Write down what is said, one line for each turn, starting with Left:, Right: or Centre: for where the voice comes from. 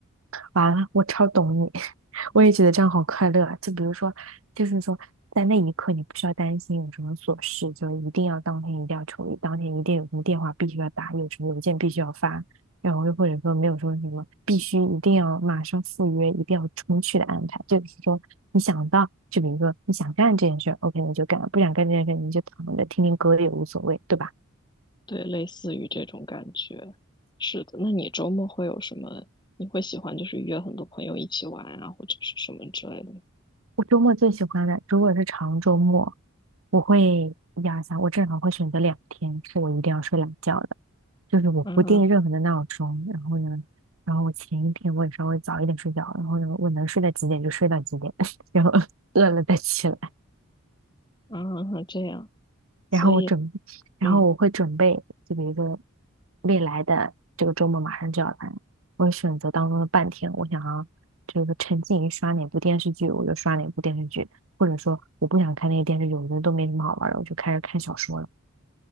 Right: 完了，我超懂你，<laughs> 我也觉得这样好快乐啊。就比如说，就是说，在那一刻你不需要担心有什么琐事，就一定要当天一定要处理，当天一定有什么电话必须要打，有什么邮件必须要发，然后又或者说没有说什么必须一定要马上赴约，一定要冲去的安排，就是说你想到，就比如说你想干这件事 o k 你就干；不想干这件事儿你就躺着听听歌也无所谓，对吧？
Left: 对，类似于这种感觉。是的，那你周末会有什么？你会喜欢就是约很多朋友一起玩啊，或者是什么之类的吗？
Right: 我周末最喜欢的，如果是长周末，我会一二三，我正好会选择两天是我一定要睡懒觉的，就是我不定任何的闹钟，
Left: 啊
Right: 然后呢，然后我前一天我也稍微早一点睡觉，然后呢，我能睡到几点就睡到几点，<laughs> 然后饿了再起来。
Left: 啊，这样，所以
Right: 然后我准，然后我会准备，
Left: 嗯，
Right: 就比如说未来的这个周末马上就要来，我会选择当中的半天，我想要就是沉浸于刷哪部电视剧，我就刷哪部电视剧，或者说我不想看那个电视剧，我觉得都没什么好玩儿的，我就开始看小说了。